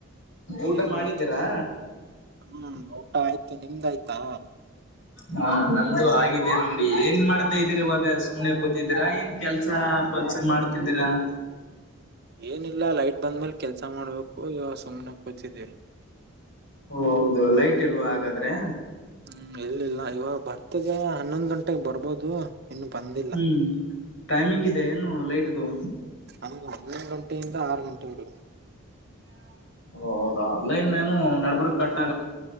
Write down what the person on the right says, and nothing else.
ನೀರ್
ಮಾಡತಿ,
ಹ್ಮ್ ಊಟ ಆಯ್ತು. ನಿಮ್ದ ಆಯ್ತಾ,
ಏನಿಲ್ಲ ಲೈಟ್ ಬಂದ್ಮೇಲ್ ಕೆಲ್ಸ ಮಾಡ್ಬೇಕು ಇವ ಸುಮ್ನೆ ಕೂತಿದೀವಿ.
ಹ್ಮ್ ಇಲ್ಲಿಲ್ಲ ಇವಾಗ ಬರ್ತದ. ಹನ್ನೊಂದ್ ಗಂಟೆಗೆ ಬರ್ಬೋದು, ಇನ್ನು ಬಂದಿಲ್ಲ
ಹ್ಮ್ ಹನ್ನೊಂದು ಗಂಟೆಯಿಂದ ಆರು ಗಂಟೆಗೆ,